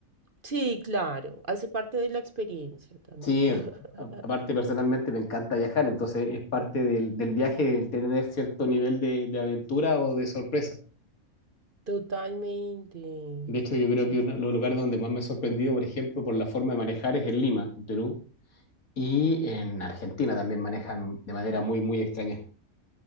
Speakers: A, on the right; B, on the left.
A: Sí, claro, hace parte de la experiencia también.
B: sí,
A: <laughs>
B: a- aparte personalmente me encanta viajar, entonces es parte del, del viaje el tener cierto nivel de, de aventura o de sorpresa.
A: Totalmente.
B: De hecho, yo creo
A: Sí,
B: que uno de los lugares donde más me he sorprendido, por ejemplo, por la forma de manejar es en Lima, en Perú Y en Argentina también manejan de manera muy, muy extraña.